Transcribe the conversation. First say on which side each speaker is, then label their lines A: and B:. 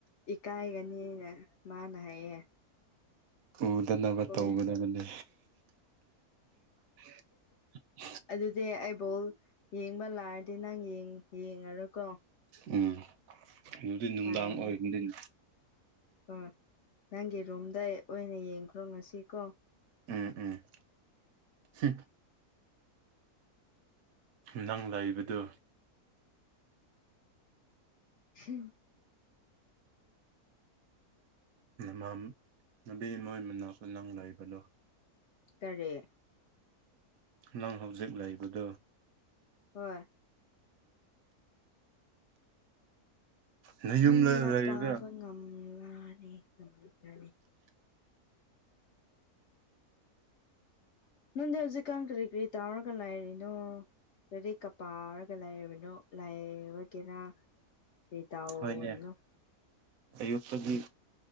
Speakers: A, on the left (about 65°); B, on the right (about 70°).
A: ꯏꯀꯥꯏꯒꯅꯤꯅ ꯃꯥꯅ ꯍꯥꯏꯌꯦ
B: ꯎꯗꯅꯕ
A: ꯍꯣꯏ
B: ꯇꯧꯒꯗꯕꯅꯦ <unintelligible>
A: ꯑꯗꯨꯗꯤ ꯑꯩꯕꯨꯜ ꯌꯦꯡꯕ ꯂꯥꯔꯗꯤ ꯅꯪ ꯌꯦꯡꯉꯔꯨꯀꯣ
B: ꯎꯝ ꯑꯗꯨꯗꯤ ꯅꯨꯡꯗꯥꯡ
A: ꯍꯥꯏꯔꯅꯦ
B: ꯑꯣꯏꯕꯗꯤꯟ
A: ꯍꯣꯏ ꯅꯪꯒꯤ ꯔꯨꯝꯗ ꯑꯣꯏꯅ ꯌꯦꯡꯈ꯭ꯔꯣ ꯉꯁꯤ ꯀꯣ
B: ꯎꯝ ꯎꯝ ꯍꯝ ꯅꯪ ꯂꯩꯕꯗꯨ
A: ꯍꯝ
B: ꯃ ꯅꯨꯕꯤ ꯑꯃ ꯃꯅꯥꯈ ꯅꯪ ꯂꯩꯕꯗꯣ
A: ꯇꯔꯦꯠ
B: ꯅꯪ ꯍꯧꯖꯤꯛ ꯂꯩꯕꯗꯨ
A: ꯍꯣꯏ
B: ꯅꯌꯨꯝꯗ
A: ꯈꯪꯅ
B: ꯂꯩꯔꯒ
A: ꯄꯥꯕ ꯉꯝꯂꯅꯤ ꯉꯝꯂꯅꯤ ꯅꯪꯗꯤ ꯍꯧꯖꯤꯛꯀꯥꯟ ꯀꯔꯤ ꯀꯔꯤ ꯇꯥꯔꯒ ꯂꯥꯏꯔꯤꯅꯣ ꯂꯥꯏꯔꯤꯛꯀ ꯄꯥꯔꯒ ꯂꯩꯔꯕꯤꯗꯣ ꯂꯩꯕꯒꯦꯔ ꯀ꯭ꯔꯤ ꯇꯥꯎꯏꯅꯣ
B: ꯍꯣꯏꯅꯦ ꯑꯌꯨꯛꯇꯒꯤ